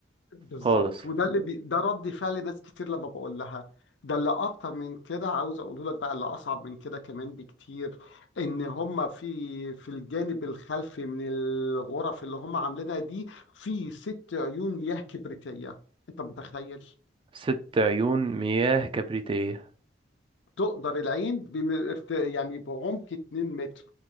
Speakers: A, on the left; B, on the right.
A: بالظبط
B: خالص
A: وده اللي بي ده رد فعل ناس كتير لما بقول لها ده اللي أكتر من كده عاوز أقول لك بقى اللي أصعب من كده كمان بكتير إن هم في في الجانب الخلفي من الغرف اللي هم عاملينها دي في ست عيون ياه كبريتية أنت متخيل؟
B: ست عيون مياه كبريتيه
A: تقدر العين بم... ارت- يعني بعمق 2 متر